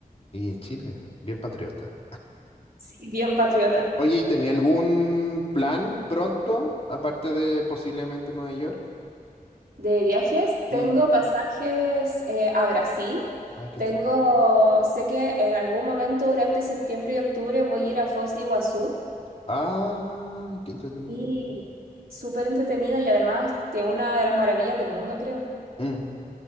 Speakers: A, on the left (about 40°); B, on the right (about 80°).
A: Y Chile, bien patriota.
B: Sí, bien patriota.
A: Oye, ¿y tenía algún plan pronto, aparte de posiblemente Nueva York?
B: De viajes, tengo
A: Mm.
B: pasajes eh, a Brasil.
A: Ay, qué
B: Tengo,
A: entretenido.
B: sé que en algún momento durante septiembre y octubre voy a ir a Foz de Iguazú.
A: Ah, qué entretenido.
B: y súper entretenido y además de una de las maravillas del mundo, creo.
A: Mm.